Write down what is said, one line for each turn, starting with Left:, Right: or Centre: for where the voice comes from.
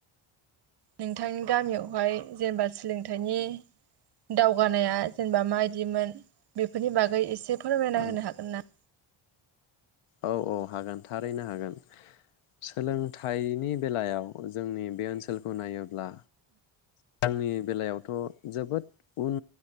Right: नोंथांनि गामियावहाय जेनेबा सोलोंथाइनि दावगानाया जेनेबा मायदिमोन बेफोरनि बागै एसे फोरमायना
Left: औ
Right: होनो हागोन ना
Left: औ औ हागोन थारैनो हागोन सोलोंथाइनि बेलायाव जोंनि बे ओनसोलखौ नायोब्ला आंनि बेलायावथ' जोबोद उन